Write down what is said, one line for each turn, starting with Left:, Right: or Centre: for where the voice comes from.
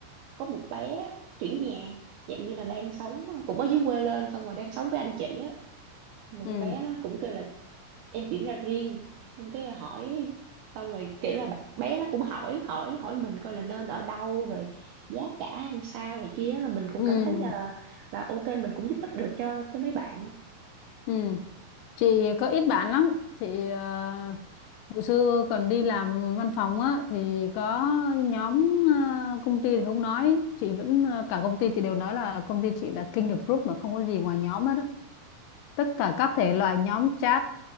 Right: có một bé chuyển nhà dạng như là đang sống ờ, cũng ở dưới quê lên xong rồi đang sống với anh chị á mà
Left: ừ
Right: con bé nó cũng kêu là em chuyển ra riêng xong cái hỏi xong rồi kiểu là bạn- bé nó cũng hỏi hỏi hỏi mình coi là nên ở đâu rồi giá cả ăn sao này kia là mình cũng
Left: ừ
Right: cảm thấy là là ok mình cũng giúp ích được cho cho mấy bạn
Left: ừ. chị có ít bạn lắm chị à, hồi xưa còn đi làm văn phòng á thì có nhóm à, công ty thì không nói chị vẫn à, cả công ty chị đều nói là công ty chị là king of group mà không có gì ngoài nhóm hết á tất cả các thể loại nhóm chat